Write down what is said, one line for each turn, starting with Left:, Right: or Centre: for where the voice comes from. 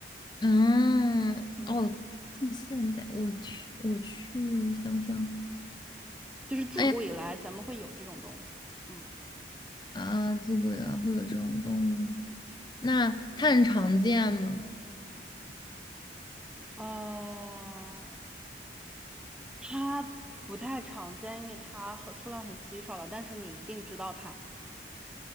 Left: 嗯，
Centre: 嗯，
Left: 哦，近现代，我去，我去，我想想，
Centre: 就是自古以来咱们会有这种动物。
Left: 哎呀，
Centre: 嗯，
Left: 啊，自古以来会有这种动物，那它很常见吗？
Centre: 呃，它不太常见，因为它很数量很稀少了，但是你一定知道它。